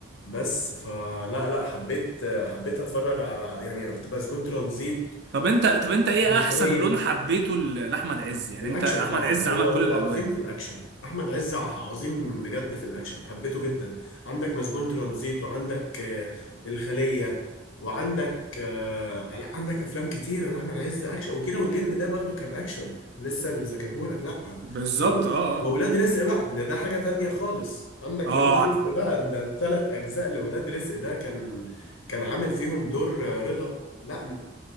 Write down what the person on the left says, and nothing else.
بس فلا لا حبيت حبيت أتفرج على يعني مسجون ترانزيت
والخلية
الاكشن
طبعا
هو
هو
عظيم في الاكشن احمد عز ع- عظيم بجد في الاكشن حبيته جدا عندك مسجون ترانزيت وعندك آه، الخليه وعندك آه، لا عندك افلام كتيره لاحمد عز اكشن وكيرة والجن ده برضو كان اكشن لسه اللي ذاكرهولك لا
دول
وولاد رزق بقى ده ده حاجه تانية خالص عندك
ولاد رزق بقى ده ثلاث اجزاء لولاد رزق ده كان كان عامل فيهم دور آه، رضا لا